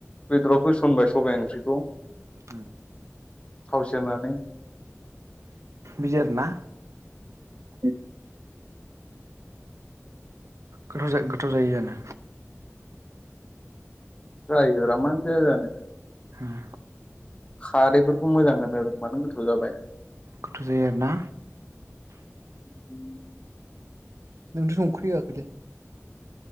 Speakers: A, on the left; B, on the right.
A: बेदराव होसनबाय सबाय ओंख्रिखौ।
B: उम
A: थाव सेरनानै
B: बिदिआरोना। उम गोथाव जा-गोथाव जायोआरोनो
A: जायो रा मानो जाया जानो।
B: उम
A: खारैफोरखौ मोजां होनो रोंबानो गोथाव जाबाय
B: गोथाव' जायो आरोना
A: उम
B: नोंथ' संख्रि होआखैलै